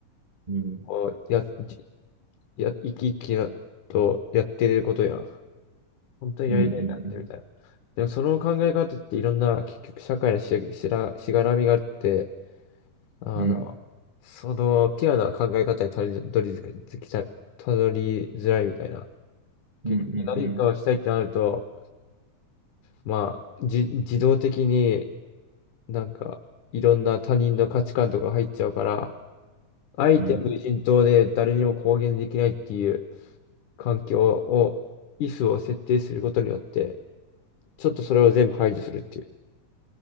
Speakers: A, on the right (about 35°); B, on the left (about 75°).
A: うん、
B: をや、じや、生き生きなとやってることやん。本当にやりたいからってみたいな。
A: うん、うん、うん、
B: でもその考え方っていろんな結局社会のし、しら、しがらみがあって、あの、
A: うん、
B: その、ピュアな考え方にたどり着きたい、たどりづらいみたいな。
A: うん、
B: 結局何かをしたいってなると、
A: うん、
B: まあ、じ、自動的になんか、いろんな他人の価値観とか入っちゃうから、あえて無人島で誰にも公言できないっていう
A: うん。
B: 環境を、イフを設定することによって、ちょっとそれを全部排除するっていう。